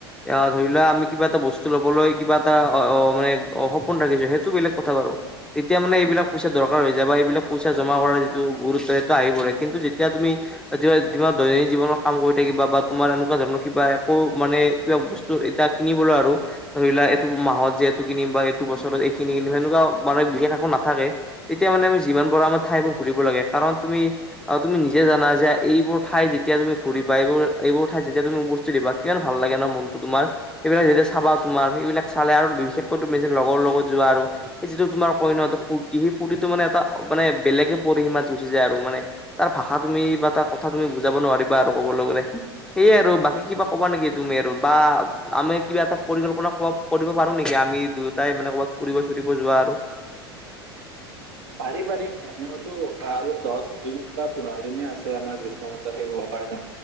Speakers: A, in the centre; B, on the right.
A: এ ধৰি লোৱা, আমি কিবা এটা বস্তু লবলৈ কিবা এটা অ' মানে সপোন ৰাখিছো, সেইটো বেলেগ কথা বাৰু। তেতিয়া মানে এইবিলাক পইচা দৰকাৰ হৈ যায়, বা এইবিলাক পইচা জমা কৰাৰ যিটো গুৰুত্ব সেটো আহি পৰে, কিন্তু যেতিয়া তুমি মান দৈনন্দিন জীৱনত কাম কৰি থাকিবা বা তোমাৰ এনেকুৱা ধৰণৰ কিবা একো মানে কিবা বস্তু এতিয়া কিনিবলৈ আৰু। ধৰি লোৱা এইটো মাহত যে এইটো কিনিম বা এইটো বছৰত এইখিনি কিনিম, সেনেকুৱা মানে বিশেষ একো নাথাকে। এতিয়া মানে আমি যিমান পাৰো, আমাৰ ঠাইবোৰ ঘূৰিব লাগে, কাৰণ তুমি আৰু তুমি নিজে জানা যে এইবোৰ ঠাই যেতিয়া তুমি ঘূৰিবা এইবোৰ, এইবোৰ ঠাইত যেতিয়া তুমি বস্তু দিবা কিমান ভাল লাগে ন মনটো তোমাৰ। এইবিলাক যেতিয়া চাবা তোমাৰ সেইবিলাক চালে আৰু বিশেষকৈ তুমি লগৰ লগত যোৱা আৰু। সেই যিটো তোমাৰ কইন এটা ফূৰ্তি, সেই ফূৰ্তিটো মানেটো বেলেগে পৰিসীমাত গুচি যায়, আৰু মানে তাৰ ভাষা তুমি বা তাৰ কথা তুমি বুজাব নোৱাৰিবা আৰু কবলৈ গ'লে। সেয়ে আৰু বাকী কিবা কবা নেকি তুমি আৰু বা আমি কিবা এটা পৰিকল্পনা কৰিব পাৰো, নেকি আমি দুয়োটাই মানে কৰবাত ফুৰিব ফুৰিব যোৱা আৰু।
B: পাৰি পাৰি, এনেওতো আৰু দহ দিন বা পোন্ধৰ দিনে আছে, আমাৰ গ্ৰীষ্মৰ বন্ধ শেষ হবৰ কাৰণে।